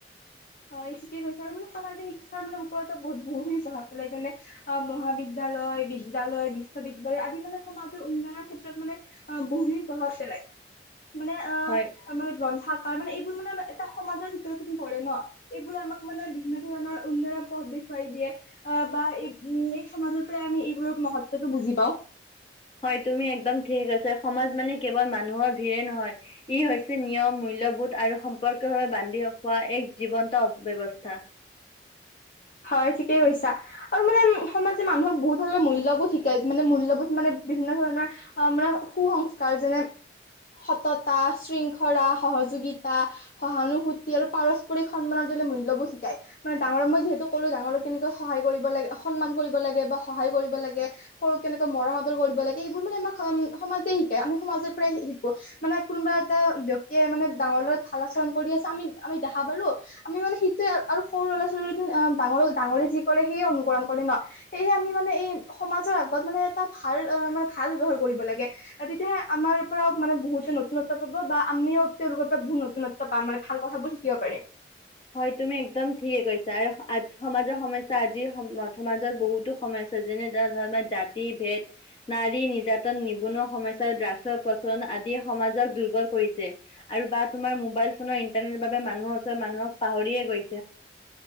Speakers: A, on the left; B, on the left.
A: হয় ঠিকে কৈছ আৰু মানে সমাজিক শিক্ষাৰ মানে ওপৰতো বহুত বহুখিনি প্ৰভাৱ পেলাই যেনে অ', মহাবিদ্য়ালয়, বিদ্য়ালয, ় বিশ্ববিদ্যয়ালয় আদি মানে সমাজৰ উন্নয়নৰ ক্ষেত্ৰত মানে বহুখিনি প্ৰভাৱ পেলায়। মানে অ',
B: হয়
A: মানে গ্ৰন্থাকাৰ মানে এই মানে এটা সমাজৰ ভিতৰত ধৰে ন। এইবোৰে আমাক মানে বিভিন্ন ধৰণৰ উন্নয়নৰ পথ দেখুৱাই দিয়ে আহ বা এই এই সমাজৰ পৰা আমি এইবোৰৰ মহত্বটো বুজি পাও।
B: হয় তুমি একদম ঠিক আছ সমাজ মানে কেৱল মানুহৰ ভিৰে নহয় ই হৈছে নিয়ম, মূল্যবোধ আৰু সম্পৰ্কীয় ভাৱে বান্ধিখোৱা এক জীৱন্ত ব্যয়ৱস্থা। থা।
A: হয় ঠিকেই কৈছা আৰু মানে সমাজে মানুহক বহুত ধৰণৰ মূল্যবোধ শিকায় মানে মূল্যবোধ মানে বিভিন্ন ধৰণৰ অ', মানে সুসংস্কাৰ যেনে সততা, শৃংখলা, সহযোগিতা, সহানুভূতি আৰু পাৰস্পৰিক সন্মানৰ দ মূল্যবোৰ শিকাই মানে ডাঙৰক মই যিহেতু সকলো ডাঙৰক কেনেকৈ সহায় কৰিব লাগে সন্মান কৰিব লাগে বা সহায় কৰিব লাগে সৰুক কেনেকৈ মৰম আদৰ কৰিব লাগে এইবোৰ মানে আমাক সমাজে শিকায় আমি সমাজৰ পৰাই শিকো মানে কোনোবা এটা ব্যক্তিয়ে মানে ডাঙৰৰ লগত ভাল আচৰণ কৰি আছে আমি আমি দেখা পালোঁ আমি মানে সেইটোৱে আৰু সৰু ল'ৰা ছোৱালী ডাঙৰ ডাঙৰে যি কৰে সেয়ে অনুকৰৰণ কৰে ন সেয়হে আমি মানে এই সমাজৰ আগত মানে এটা ভাল মানে ভাল ব্ৱহাৰ কৰিব লাগে তেতিয়াহে আমাৰ পৰাও মানে বহুতে নতুনত্ব পাব বা আমিও তেওঁলোকৰ পৰা বহুত নতুনত্ব পাম মানে ভাল কথাবোৰ শিকিব পাৰিম।
B: হয় তুমি একদম ঠিকে কৈছা আৰু সমাজৰ সমস্যা আজিৰ সম সমাজত বহুতো সমস্যা যেনে ধ ধৰণৰ জাতি, ভেদ নাৰী নিৰ্যাতন, নিবনুৱা সমস্যা, ড্ৰাগছৰ প্ৰচলন, আদিয়ে সমাজক দুৰ্বল কৰিছে আৰু বা তোমাৰ মোবাইল ফোনৰ বাবে মানুহৰ ওচৰত মানুহক পাহৰিয়ে গই